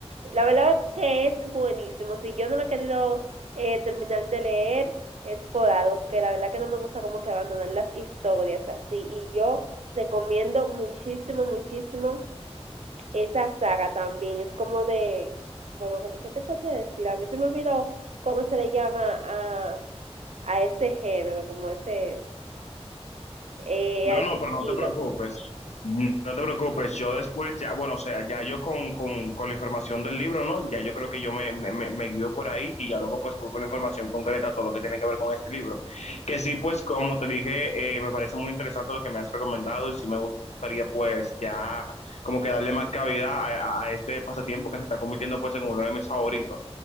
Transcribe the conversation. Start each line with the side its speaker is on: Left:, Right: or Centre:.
Right: La verdad que es buenísimo, si yo no lo he querido eh, terminar de leer es por algo, porque la verdad que no me gusta como que abandonar las historias así y yo recomiendo muchísimo, muchísimo esa saga también es como de, bueno, como, ¿qué te puedo decir? A mí se me olvidó cómo se le llama a, a ese género, como ese, eh,
Left: No,
Right: a
Left: no,
Right: ese estilo.
Left: pero no te preocupes. No te preocupes. Yo después, ya, bueno, o sea, ya yo con, con, con la información del libro, ¿no? Ya yo creo que yo me, me, me- me guío por ahí y ya luego pues voy con la información concreta, todo lo que tiene que ver con este libro. Que sí, pues como te dije, eh, me parece muy interesante lo que me has recomendado y sí me gustaría pues ya como que darle más cabida a, a- a este pasatiempo que se está convirtiendo pues en uno de mis favoritos.